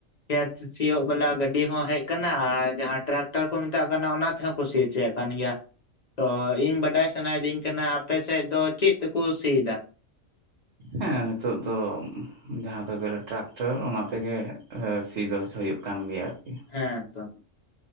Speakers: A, on the left (about 50°); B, on the right (about 60°).
A: ᱠᱷᱮᱛ ᱥᱤᱭᱳᱜ ᱵᱟᱞᱟ ᱜᱟᱹᱰᱤ ᱦᱚᱸ ᱦᱮᱡ ᱟᱠᱟᱱᱟ ᱟᱨ ᱡᱟᱦᱟᱸ ᱴᱨᱟᱠᱴᱟᱨ ᱠᱚ ᱢᱮᱛᱟᱜ ᱠᱟᱱᱟ ᱚᱱᱟ ᱛᱮ ᱦᱚᱸ ᱠᱩ ᱥᱤ ᱚᱪᱚᱭᱮᱫ ᱠᱟᱱ ᱜᱮᱭᱟ ᱛᱚ ᱤᱧ ᱵᱟᱰᱟᱭ ᱥᱟᱱᱟᱭ ᱤᱫᱤᱧ ᱠᱟᱱᱟ ᱟᱯᱮ ᱥᱮᱫ ᱫᱚ ᱪᱮᱫ ᱛᱮ ᱠᱚ ᱥᱤᱭ ᱮᱫᱟ
B: ᱦᱮᱸ ᱱᱤᱛᱚᱜ ᱫᱚᱼᱼ ᱡᱟᱦᱟᱸ ᱫᱚ ᱜᱮᱞᱮ ᱴᱨᱟᱠᱴᱚᱨ ᱚᱱᱟ ᱛᱮ ᱜᱮ ᱥᱤ ᱫᱚ ᱦᱩᱭᱩᱜ ᱠᱟᱱ ᱜᱮᱭᱟ ᱟᱨᱠᱤ
A: ᱦᱮᱸ ᱛᱚ